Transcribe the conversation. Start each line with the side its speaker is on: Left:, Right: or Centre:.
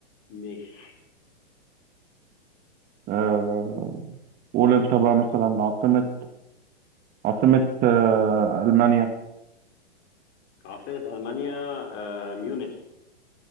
Left: ماشي
Right: آه... قول انت بقى مثلا عاصمة عاصمة آه... المانيا
Left: عاصمة ألمانيا آه، ميونخ